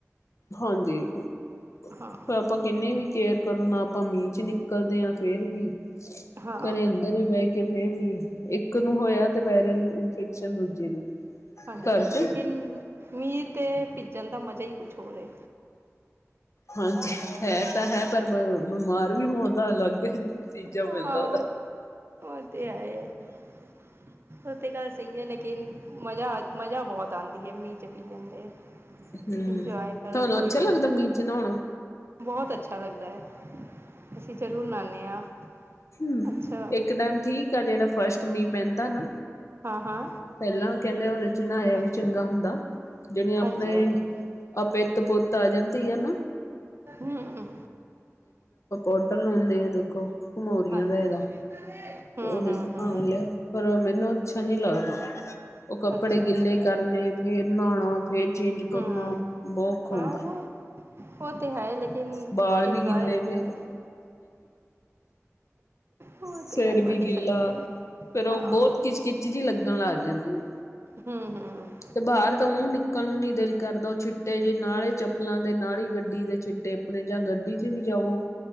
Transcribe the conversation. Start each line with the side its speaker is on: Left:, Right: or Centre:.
Left: ਹਾਂਜੀ ਫਿਰ
Right: ਹਾਂ
Left: ਆਪਾਂ ਕਿੰਨੀ ਵੀ ਕੇਅਰ ਕਰੋ ਨਾ ਆਪਾਂ ਮੀਂਹ ਚ ਨਿਕਲਦੇ ਹਾਂ ਫੇਰ ਵੀ
Right: ਹਾਂ
Left: ਘਰੇ ਅੰਦਰ ਈ ਬੈ ਫਿਰ ਵੀ ਇੱਕ ਨੂੰ ਹੋਇਆ ਤੇ ਵਾਇਰਲ ਇਨਫੈਕਸ਼ਨ ਦੂਜੇ ਨੂੰ
Right: ਹਾਂਜੀ,
Left: ਘਰ ਚ
Right: ਲੇਕਿਨ ਮੀਂਹ ਤੇ ਭਿੱਜਣ ਦਾ ਮਜ਼ਾ ਹੀ ਕੁੱਛ ਹੋਰ ਏ।
Left: ਹਾਂਜੀ ਹੈ ਤਾਂ ਹੈ ਪਰ ਬ ਬਮਾਰ ਵੀ ਹੋਣ ਦਾ ਅਲੱਗ ਨਤੀਜਾ
Right: ਹਾਂ
Left: ਮਿਲਦਾ
Right: ਉਹ
Left: ਉਹਦਾ
Right: ਤ ਉਹ ਤੇ ਹੈ ਏ। ਉਹ ਤੇ ਗੱਲ ਸਹੀ ਹੈ ਲੇਕਿਨ ਮਜ਼ਾ ਮਜ਼ਾ ਬਹੁਤ। <unintelligible>
Left: ਹਮ,
Right: ਇੰਜੋਏ ਕਰੋ
Left: ਤੁਹਾਨੂੰ
Right: ਥੋੜ੍ਹੀ
Left: ਅੱਛਾ
Right: ਦੇਰ
Left: ਲੱਗਦਾ ਮੀਂਹ ਚ ਨਹਾਉਣਾ।
Right: ਬਹੁਤ ਅੱਛਾ ਲੱਗਦਾ ਹੈ, ਅਸੀਂ ਜ਼ਰੂਰ ਨਾਨੇ ਹਾਂ।
Left: ਹੂੰ
Right: ਅੱਛਾ
Left: ਇੱਕ ਟੈਮ ਠੀਕ ਆ ਜਿਹੜਾ ਫਸਟ ਮੀ ਪੈਂਦਾ ਨਾ
Right: ਹਾਂ ਹਾਂ
Left: ਪਹਿਲਾਂ ਕਹਿੰਦੇ ਹੁਦੇਂ <unintelligible>
Right: ਹਾਂਜੀ
Left: ਵੀ ਚੰਗਾ ਹੁੰਦਾ ਜਿਹਣੇ ਆਪਣੇ।
Right: ਹਾਂਜੀ ਹਾਂਜੀ
Left: ਅ ਪਿੱਤ ਪੁੱਤ ਆ ਜਾਂਦੀ ਹੈ ਨਾ।
Right: ਹਮ।
Left: ਪੋਡਰ ਲਾਉਂਣੇ ਆਂ ਦੇਖੋ, ਕਮੋਰੀਆਂ
Right: ਹਾਂਜੀ
Left: ਏ ਦਾ ਇਹਦਾ
Right: ਹਮ
Left: ਉਹਦੇ
Right: ਹਮ
Left: <unintelligible>
Right: ਹਮ
Left: ਪਰ ਮੈਨੂੰ ਅੱਛਾ ਨੀ ਲੱਗਦਾ ਉਹ ਕੱਪੜੇ
Right: ਅੱਛਾ
Left: ਗਿੱਲੇ
Right: ਅੱਛਾ
Left: ਕਰਨੇ ਫੇਰ ਨਹਾਉਣਾ ਫੇਰ ਚੇਂਜ ਕਰਨਾ
Right: ਹਮ
Left: ਬੋ ਔਖਾ
Right: ਹਾਂ
Left: ਹੁੰਦਾ।
Right: ਉਹ ਉਹ ਤੇ ਹੈ ਲੇਕਿਨ
Left: ਬਾਲ
Right: ਇੰਜੋਏ
Left: ਵੀ ਗਿੱਲੇ
Right: ਹੋ
Left: ਫੇਰ
Right: ਜਾਂਦਾ। <inaudible> ਉਹ
Left: ਸਿਰ
Right: ਤੇ ਗੱਲ ਤੁਹਾਡੀ
Left: ਵੀ ਗਿੱਲਾ
Right: ਸਹੀ ਹੈ
Left: ਫਿਰ ਉਹ
Right: ਹਾਂ
Left: ਬਹੁਤ ਖਿਚਕਿਚ ਜਿ ਲੱਗਣ ਲੱਗ ਜਾਂਦੀ ਵ
Right: ਹਮ- ਹਮ।
Left: ਤੇ ਬਾਹਰ ਤਾਂ ਊਹ ਨਿਕਲ ਨੂੰ ਨੀ ਦਿਲ ਕਰਦਾ ਉਹ ਛਿੱਟੇ ਜੇ ਨਾਲੇ ਚੱਪਲਾਂ ਦੇ ਨਾਲ ਹੀ ਗੱਡੀ ਦੇ ਛਿੱਟੇ ਤੇ ਅਪਣੇ ਜਾਂ ਗੱਡੀ ਚ ਵੀ ਜਾਵੋ